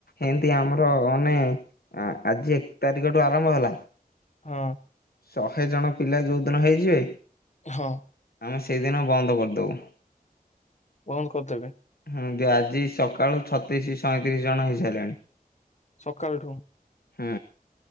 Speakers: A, on the left (about 80°); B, on the left (about 50°).
A: ଏମତି ଆମର ମାନେ ଆଜି ଏକ ତାରିଖଠୁ ଆରମ୍ଭ ହେଲା।
B: ହଁ।
A: ଶହେ ଜଣ। ପିଲା ଯୋଉ ଦିନ ହେଇଯିବେ।
B: ହଁ।
A: ଆମେ ସେଇଦିନ ବନ୍ଦ କରିଦେବୁ।
B: ବନ୍ଦ୍ କରିଦେବେ।
A: ହଁ ଦିଅ ଆଜି ସକାଳୁ ଛତିଶ ସଇଁତିରିଶ ଜଣ ହେଇସାରିଲେଣି।
B: ସକାଳ ଠୁଁ।
A: ହୁଁ